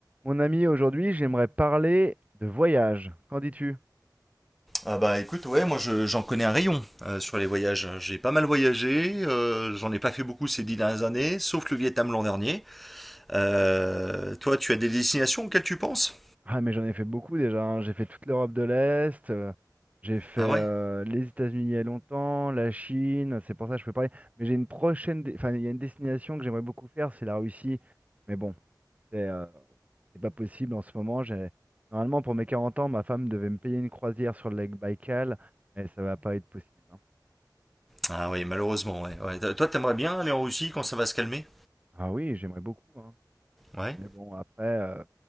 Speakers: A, on the right; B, in the centre.
A: Mon ami, aujourd'hui, j'aimerais parler de voyage. Qu'en dis-tu?
B: Ah bah écoute, ouais, moi je- j'en connais un rayon euh, sur les voyages. J'ai pas mal voyagé, euh, j'en ai pas fait beaucoup ces dix dernières années, sauf le Vietnam l'an dernier. Euh, toi, tu as des destinations auxquelles tu penses?
A: Ah, mais j'en ai fait beaucoup déjà. hein. J'ai fait toute l'Europe de l'Est, euh, j'ai fait
B: Ah ouais?
A: euh, les États-Unis il y a longtemps, la Chine, c'est pour ça que je peux parler. Mais j'ai une prochaine, dé- enfin, il y a une destination que j'aimerais beaucoup faire, c'est la Russie. Mais bon, c'est euh, c'est pas possible en ce moment. J'ai... Normalement, pour mes 40 ans, ma femme devait me payer une croisière sur le lac Baïkal, mais ça va pas être possible. hein.
B: Ah oui, malheureusement, ouais. Ouais. Toi, t'aimerais bien aller en Russie quand ça va se calmer?
A: Ah oui, j'aimerais beaucoup. hein.
B: Ouais.
A: Mais bon, après, euh,